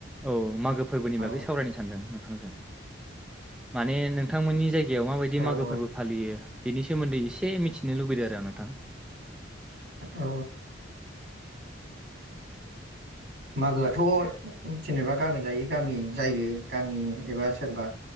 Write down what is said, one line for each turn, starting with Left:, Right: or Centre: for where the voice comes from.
Centre: औ मागो फोरबोनि बागै
Right: औ
Centre: सावरायनो सानदों। माने नोंथांमोननि जाय याव माबायदि
Right: औ
Centre: मागो फोरबो फालियो। बिनि सोमोन्दै एसे मिथिनो लुबैदों आरो आं नोंथां।
Right: औ मागोआथ जेनेबा गामि लायै गामि जायो गामि एबा सोरबा